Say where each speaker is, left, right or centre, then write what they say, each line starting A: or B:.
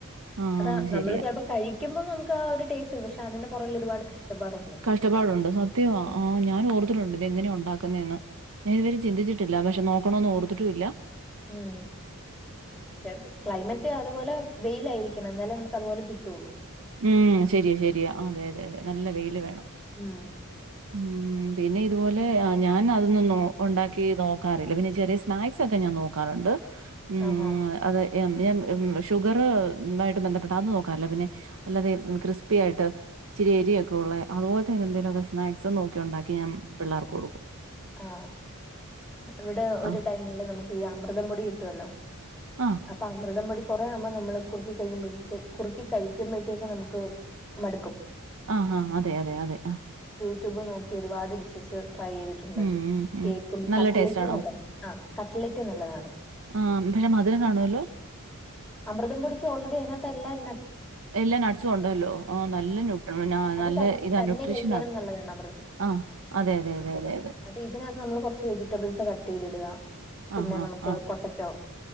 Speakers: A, on the right; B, in the centre.
A: ആഹ്
B: അതാ
A: അത്
B: നമ്മള്
A: ശരിയാ
B: ചലപ്പോ കഴിക്കുമ്പോ നമുക്ക് ഒരു ടേസ്റ്റ് ഉണ്ട് പക്ഷെ അതിന്റെ പുറകിൽ ഒരുപാട് കഷ്ടപ്പാടുണ്ട്.
A: കഷ്ടപ്പാടുണ്ട് സത്യമാ
B: ഉം
A: ആഞാൻ ഓർത്തിട്ടുണ്ട് ഇതെങ്ങനെയ ഉണ്ടാക്കുന്നന്ന് ഞാൻ ഇതുവരെ ചിന്തിച്ചിട്ടില്ല പക്ഷ നോക്കണെന്ന് ഓർത്തിട്ടുല്ല
B: ഉം പക്ഷെ ക്ലൈമറ്റ് അതുപോലെ വെയിലായിരിക്കണം എന്നാലേ നമുക്ക് അതുപോലെ കിട്ടുള്ളൂ
A: ഉം ശരിയ ശരിയാ അതെ അതെ അതെ നല്ല വെയില് വേണം
B: ഉം
A: ഉം പിന്നെ ഇതുപോലെ ഞാൻ അതൊന്നും ഉണ്ടാക്കി നോക്കാറില്ല പിന്നെ ചെറിയ സ്നാക്സ് ഒക്കെ ഞാൻ നോക്കാറുണ്ട് ഉം
B: ആഹാ
A: അത് ഞാൻ ഷുഗർ ആയിട്ട് ബന്ധപ്പെട്ട അന്നും നോക്കാറില്ല പിന്നെ അല്ലാതെ ക്രിസ്പിയായിട്ട് ഇചിരി എരി ഒക്കെ ഉള്ള അതുപോല എന്തങ്കിലൊക്കെ സ്നാസ് നോക്കി ഉണ്ടാക്കി ഞാൻ പിള്ളേർക്ക് കൊടുക്കും
B: ആ ഇവിടെ ഒരു
A: ആഹ്,
B: ടൈമില് നമുക്ക് ഈ അമൃതം പൊടി കിട്ടുവല്ലോ
A: ആഹ്,
B: അപ്പൊ അമൃതം പൊടി കുറേ നുമ്പോ നമ്മള് കുറുക്കി കഴിയുമ്പോഴത് കുറുക്കി കഴിക്കുമ്പോഴത്തേക്ക് നമുക്ക് മടുക്കും
A: ആആ അതെ അതെ അതെ ആ
B: യൂടൂബ് നോക്കി ഒരുപാട് ഡിഷസ് ട്രൈ ട്ടിണ്ട്
A: ഉം, ഉം, ഉം.
B: കേക്കും
A: നല്ല
B: കട്ലറ്റ്
A: ടേസ്റ്റ് ആണോ?
B: നല്ലതാണ്ആ കറ്റ്ലൈറ്റ് നല്ലതാണ്
A: ആ ന്തേ മധുരം കാണുവല്ലോ
B: അമൃതംപൊടിക്ക് ഓൾറെഡി അതിനകത്ത് എല്ലാം
A: എല്ലാ നട്സും ഉണ്ടല്ലോ ആ നല്ല നുട്ട് ആ
B: അത്
A: നല്ല
B: ത
A: ഇതാ
B: തന്നെ
A: ന്യൂട്രിഷനാ
B: കഴിക്കാനും
A: അത്
B: നല്ലതാണ്
A: ആ അതെ അതെ അതെ അതെ അതെ
B: അപ്പ ഇതിനകത്ത് നമ്മ കുറച്ച് വെജിറ്റബിൾസ് കട്ട് ചെയ്തിട പിന്നെ
A: ആഹ്
B: നമുക്ക്
A: ആഹ്
B: പൊട്ടറ്റോ